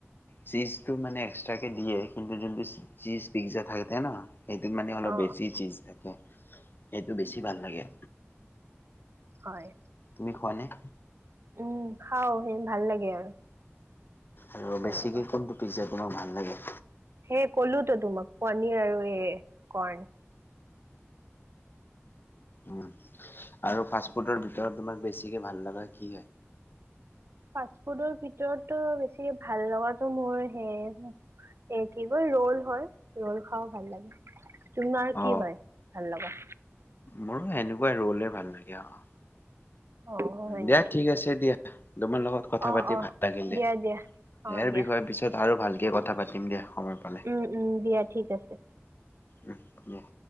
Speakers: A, on the left; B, on the right.
A: চিজটো মানে এক্সট্ৰাকে দিয়ে কিন্তু যোনতু চিজ পিজ্জা থাকে ন সেইটোত মানে অলপ
B: অ
A: বেছি চিজ থাকে সেইটো বেছি ভাল লাগে।
B: হয়।
A: তুমি খোৱা নে?
B: উম, খাওঁ সি ভাল লাগে আৰু।
A: আৰু
B: সেনেকুৱা
A: বেছিকৈ কোনটো পিজ্জা তোমাৰ ভাল লাগে?
B: সেই ক'লোতো তোমাক পনীৰ আৰু এই কৰ্ণ।
A: উম আৰু ফাষ্ট ফুডৰ ভিতৰত তোমাক বেছিকে ভাল লগা কি হয়?
B: ফাষ্টফুডৰ ভিতৰতটো বেছি ভাল লগাটো মোৰ সে এ কি কয় ৰল হয় ৰল খাওঁ ভাল লাগে, তোমাৰ
A: অ
B: কি হয় ভাল লগা?
A: মোৰো সেনেকুৱাই ৰলে ভাল লাগে আউ,
B: অ হয়
A: দিয়া
B: নেকি
A: ঠিক আছে দিয়া। এ দুমা লগত কথা
B: অ
A: পাতি
B: অ
A: ভাল লাগিল
B: দিয়া
A: দে,
B: দিয়া অ
A: ইয়াৰ
B: দিয়া
A: বিষয়ে পিছত আৰু ভালকে কথা পাতিম দিয়া সময় পালে।
B: উম উম দিয়া ঠিক আছে।
A: উম লহ।